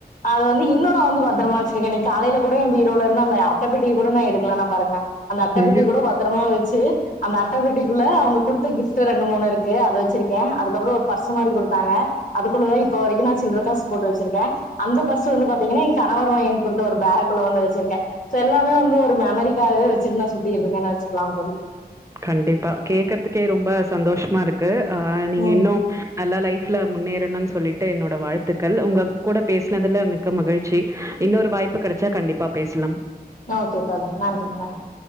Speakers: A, on the left; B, on the right.
A: அது வந்து இன்னு நா வந்து பத்தரமா வெச்சிருக்கேனி தாலைய்ல கூட என் பீரோல இருந்து அந்த அட்டப்பெட்டிய கூட நா எடுக்கலனா பாருங்களே அந்த அட்டப்பெட்டிய
B: ஐயோ!
A: கூட பத்தரமா வெச்சு அந்த அட்டப்பெட்டிக்குள்ள அவங்க குடுத்த கிஃப்ட்ட ரெண்டு மூணு இருக்கு அத வெச்சிருக்கே அதுக்கப்றோ ஒரு பர்ஸ்ஸு மாரி குடுத்தாங்க அதுக்குள்ளதா இப்ப வரைக்கு நா சில்ற காஸ் போட்டு வெச்சிருக்கே அந்த பர்ஸ்ஸு வந்து பாத்தீங்கன்னா எ கணவர் வாய்ன் குடுத்த ஒரு பாக் குள்ள ஒன்னு வெச்சிர்க்கே சோ எல்லாமே வந்து ஒரு மெமரிக்காவவே வெச்சிட் நா சுத்திட்ருக்கேன்னாச்க்லா தோழி
B: கண்டிப்பா கேக்கறத்க்கே ரொம்ப சந்தோஷமா இருக்கு ஆ நீங்க
A: ம்
B: இன்னும் அல்லா லைஃப்ல முன்னேறணு சொல்லிட்டு என்னோட வாழ்த்துக்கள் உங்கப் கூட பேஸ்னதுல மி க்க மகிழ்ச்சி இன்னொரு வாய்ப்பு கடச்சா கண்டிப்பா பேஸ்லம்
A: ஓகே தோழி நன்றி நன்றி